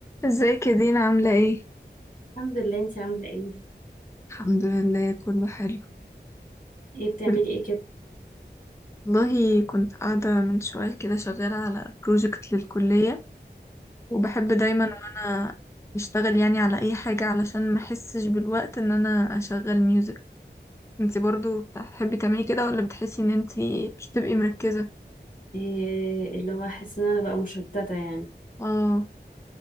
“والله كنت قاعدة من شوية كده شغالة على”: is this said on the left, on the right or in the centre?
Left